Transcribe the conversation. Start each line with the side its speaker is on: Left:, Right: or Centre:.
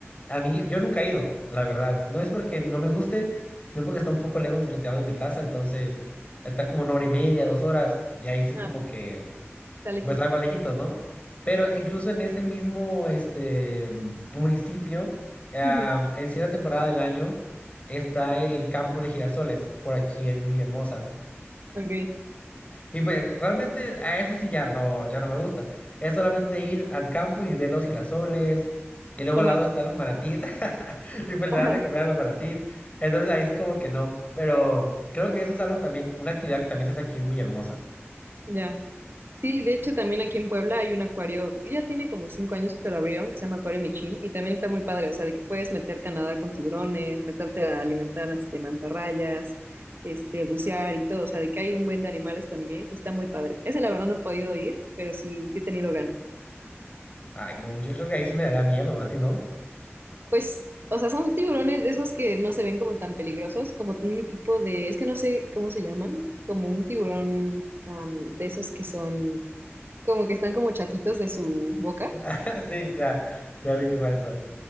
Left: A mí, yo nunca he ido, la verdad. No es porque no me guste, sino porque está un poco lejos, retirado de mi casa, entonces está como una hora y media, dos horas, y ahí sí como
Right: Ah, pues
Left: que
Right: está legítimo.
Left: pues algo lejitos, ¿no? Pero incluso en ese mismo este municipio, am,
Right: Ujú,
Left: en cierta temporada del año, está el campo de girasoles, por aquí en Villahermosa.
Right: <laughs> Ok,
Left: Y pues realmente a eso sí ya no, ya no me gusta. Es solamente ir al campo y ver los girasoles. Y luego
Right: tomar.
Left: al lado están los manatís. <laughs> Y pues le
Right: Ajá,
Left: das de comer a los manatís. Entonces ahí sí como que no. Pero creo que eso es algo también, una actividad que también se hace aquí en Villahermosa.
Right: ya. Sí, de hecho también aquí en Puebla hay un acuario, ya tiene como cinco años que lo abrieron, que se llama Acuario Michin, y también está muy padre, o sea, de que puedes meterte a nadar con tiburones, meterte a alimentar este, mantarrayas, este, bucear y todo, o sea, de que hay un buen de animales también, y está muy padre. Ese la verdad no he podido ir, pero sí, sí he tenido ganas.
Left: Ay, no, yo creo que ahí sí me daría miedo, a ti no.
Right: Pues, o sea, son tiburones de esos que no se ven como tan peligrosos, como un tipo de, es que no sé cómo se llaman, como un tiburón am, de esos que son, como que están como chatitos de su boca.
Left: <laughs> Sí, ya, ya vi que cuáles son.